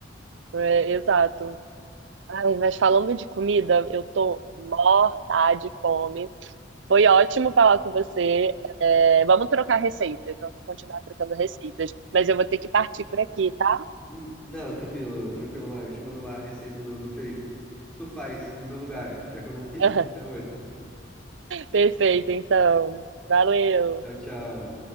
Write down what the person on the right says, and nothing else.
é, exato. Ai, mas falando de comida, eu tô morta de fome. Foi ótimo falar com você. É, vamos trocar receitas, vamos continuar trocando receitas. Mas eu vou ter que partir por aqui, tá?
<laughs>
Perfeito, então. Valeu.